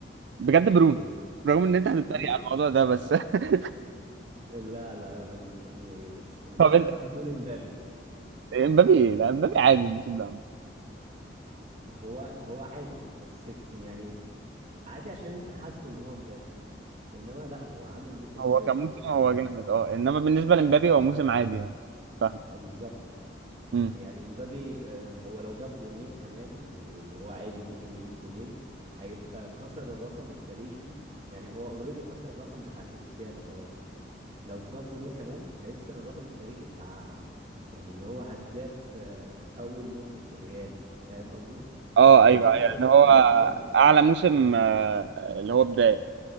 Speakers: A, on the right; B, on the right.
A: بجد برونو
B: إيه
A: رغم ان انت هتتريق
B: برونو
A: على الموضوع ده بس <laughs>
B: لا لا يا راجل برونو ايه بس انا كنت
A: طب انت
B: فاكرك هتقول امبابي
A: امبابي لا امبابي عادي الموسم ده عامة.
B: هو هو عادي بس يعني عادي عشان انت حاسبه ان هو امبابي انما لا هو عامل موسم
A: هو
B: كويس
A: كان موسم
B: قوي خد
A: هو
B: بالك
A: جامد اه انما بالنسبه لامبابي هو موسم عادي يعني فاهم
B: اه بالظبط
A: امم
B: يعني مبابي آه، هو لو جاب جونين كمان واللي هو عادي ممكن يجيب جونين هيبقى كسر الرقم التاريخي يعني هو اوريدي كسر الرقم بتاع كريستيانو خلاص لو جاب جونين كمان هيكسر الرقم التاريخي بتاع يعني اللي هو هداف آه، اول موسم في الريال فاهم قصدي
A: اه
B: يعني
A: ايوه
B: هو جايب
A: ايوه
B: 36
A: اللي هو اعلى موسم آه، اللي هو بدايه